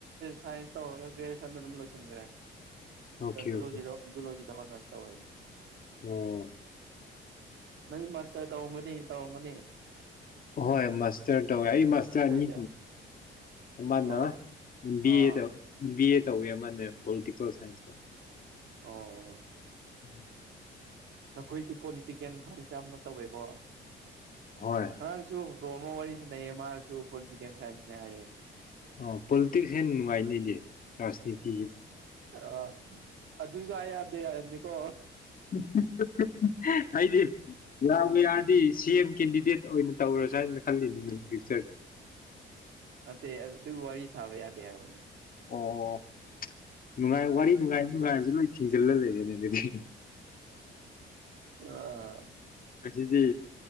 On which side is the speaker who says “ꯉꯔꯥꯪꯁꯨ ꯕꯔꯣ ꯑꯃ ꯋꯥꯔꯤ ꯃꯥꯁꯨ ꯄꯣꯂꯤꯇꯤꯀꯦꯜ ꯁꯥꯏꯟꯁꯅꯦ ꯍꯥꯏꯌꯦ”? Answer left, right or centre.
Right